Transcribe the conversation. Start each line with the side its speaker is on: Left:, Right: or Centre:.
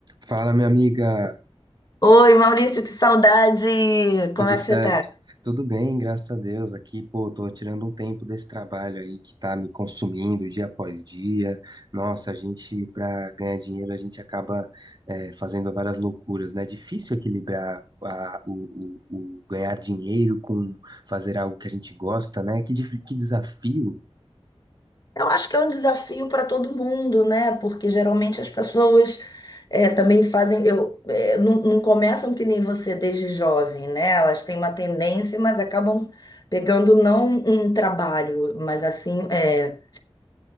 Right: Fala, minha amiga,
Left: Oi, Maurício, que saudade!
Right: tudo
Left: Como é
Right: certo?
Left: que você tá?
Right: Tudo bem, graças a Deus. Aqui, pô, tô tirando um tempo desse trabalho aí que tá me consumindo dia após dia. Nossa, a gente, pra ganhar dinheiro, a gente acaba, é, fazendo várias loucuras, né? É difícil equilibrar a- o, o- o ganhar dinheiro com fazer algo que a gente gosta, né? Que, dif- que desafio.
Left: Eu acho que é um desafio para todo mundo, né? Porque geralmente as pessoas eh, também fazem, eu, eh, não, não começam que nem você desde jovem, né? Elas têm uma tendência, mas acabam pegando não um trabalho, mas assim, eh,